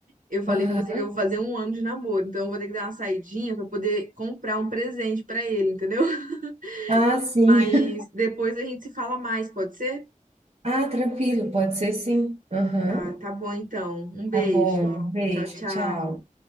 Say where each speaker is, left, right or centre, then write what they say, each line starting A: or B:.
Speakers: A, on the right (about 70°); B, on the right (about 50°).
A: Eu falei
B: Aham.
A: com você que eu vou fazer um ano de namoro, então eu vou ter que dar uma saidinha para poder comprar um presente para ele, entendeu? <laughs>
B: Ah, sim.
A: Mas
B: <laughs>
A: depois a gente se fala mais, pode ser?
B: Ah, tranquilo, pode ser sim. Aham.
A: Tá, tá bom então. Um beijo.
B: Tá bom, beijo,
A: Tchau, tchau.
B: tchau.